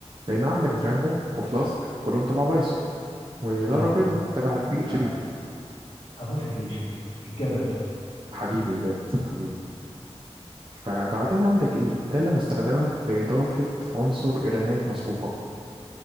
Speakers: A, on the right; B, on the left.
A: لان عندك درانجو وفلاسك كلهم تبع بايثون ولارافيل
B: اه
A: تبع البي اتش
B: أ-
A: بي
B: ابوس البي اتش بي الجمل
A: حبيبي بجد حبيبي فبعدين عندك ايه دالة مستخدمة لإضافة عنصر إلى نهاية مصفوفة